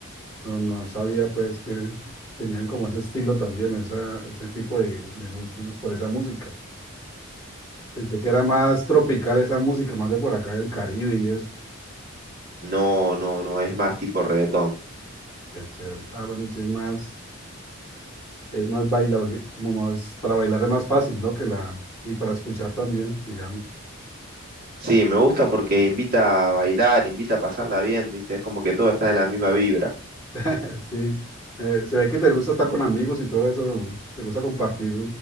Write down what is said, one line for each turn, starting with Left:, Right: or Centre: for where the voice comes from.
Left: no, no sabía pues que tenían como ese estilo también, esa, ese tipo de, de gustos por esa música. Pensé que era más tropical esa música, más de por acá del Caribe y eso.
Right: No, no, no, es más tipo reggaetón.
Left: Qué chévere. Ah, bueno, sí es más, es más bailable, como más, para bailar es más fácil, ¿no? Que la, y para escuchar también, digamos.
Right: Sí, me gusta porque invita a bailar, invita a pasarla bien, ¿viste? Es como que todo está en la misma vibra.
Left: <laughs> Sí, eh, se ve que te gusta estar con amigos y todo eso, te gusta compartir